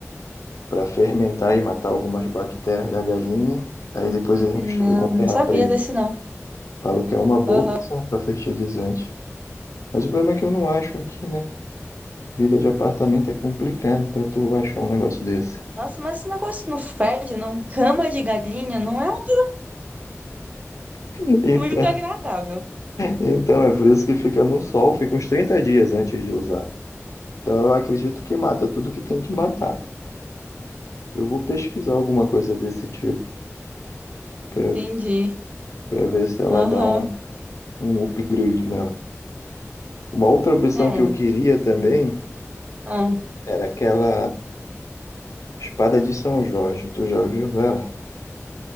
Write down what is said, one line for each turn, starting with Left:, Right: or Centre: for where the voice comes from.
Left: para fermentar e matar algumas bactérias da galinha, aí depois eles
Right: Não,
Left: misturam com terra
Right: não sabia
Left: preta.
Right: desse não.
Left: Falam que é uma boa
Right: Ah,
Left: opção para fertilizante. Mas o problema é que eu não acho aqui, né? Vida de apartamento é complicado para tu achar um negócio desse.
Right: Nossa, mas esse negócio não fede, não? Cama de galinha não é um
Left: <laughs> Então,
Right: <laughs> muito agradável.
Left: então é por isso que fica no sol, fica uns 30 dias antes de usar. Então eu acredito que mata tudo que tem que matar. Eu vou pesquisar alguma coisa desse tipo para
Right: Entendi.
Left: para ver se ela
Right: Aham.
Left: dá um, um upgrade nela. Uma outra opção
Right: É.
Left: que eu queria também
Right: Ah.
Left: era aquela espada de São Jorge. Tu já ouviu ela?